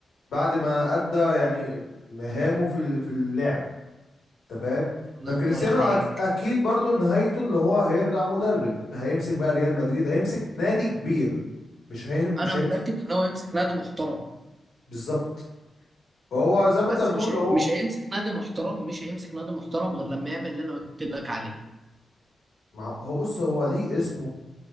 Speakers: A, on the left; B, on the right.
A: بعد ما ادى يعني مهامه في ال- في اللعب انت فاهم
B: الله
A: فكريستيانو
B: ينور عليك
A: أك اكيد برضو نهايته اللي هو هيرجع مدرب هيمسك بقى ريال مدريد هيمسك نادي كبير مش هيم مش
B: انا متاكد
A: هيمسك
B: ان هو يمسك نادي محترم
A: بالظبط فهو زي ما
B: بس
A: انت بتقول
B: مش هي-
A: هو
B: مش هيمسك نادي محترم مش هيمسك نادي محترم غير لما يعمل اللي انا قلت لك عليه
A: ما هو هو بص هو ليه اسمه